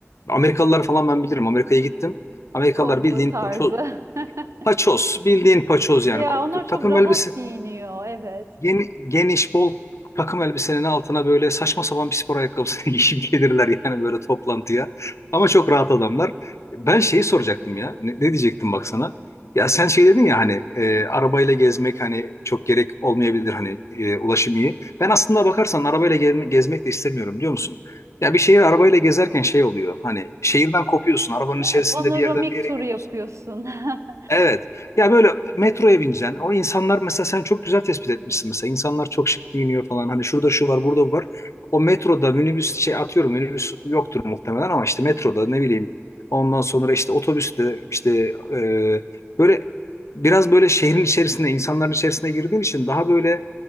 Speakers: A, on the left; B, on the right.
A: Amerikalılar falan ben bilirim. Amerika'ya gittim. Amerikalılar
B: Kovboy
A: bildiğin
B: tarzı.
A: paço,
B: <laughs>
A: Paçoz, bildiğin paçoz yani.
B: Ya
A: Ko-
B: onlar çok
A: Takım
B: rahat
A: elbise
B: giyiniyor, evet.
A: geni- geniş, bol takım elbisenin altına böyle saçma sapan bir spor ayakkabısını <laughs> giyip gelirler yani böyle toplantıya. Ama çok rahat adamlar. Ben şeyi soracaktım ya. Ne, ne diyecektim bak sana? Ya sen şey dedin ya hani e, arabayla gezmek hani çok gerek olmayabilir hani e, ulaşım iyi. Ben aslında bakarsan arabayla gel- gezmek de istemiyorum biliyor musun? Ya bir şehir arabayla gezerken şey oluyor. Hani şehirden kopuyorsun. Arabanın
B: E,
A: içerisinde
B: Panoramik
A: bir yerden bir yere
B: tur
A: gidiyorsun.
B: yapıyorsun. <laughs>
A: Evet. Ya böyle metroya bineceksin. O insanlar mesela sen çok güzel tespit etmişsin mesela. İnsanlar çok şık giyiniyor falan. Hani şurada şu var, burada bu var. O metroda minibüs şey atıyorum. Minibüs yoktur muhtemelen ama işte metroda ne bileyim. Ondan sonra işte otobüste işte e, böyle biraz böyle şehrin içerisinde, insanların içerisine girdiğin için daha böyle